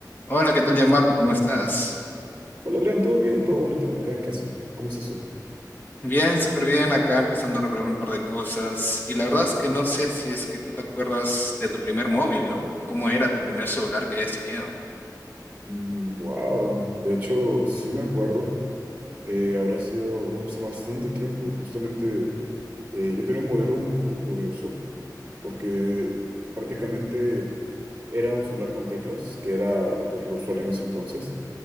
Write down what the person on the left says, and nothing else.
Hola, ¿qué tal, Gianmarco? ¿Cómo estás?
Bien, súper bien, acá empezando a recordar un par de cosas. Y la verdad es que no sé si es que tú te acuerdas de tu primer móvil, ¿no? O cómo era tu primer celular que hayas tenido.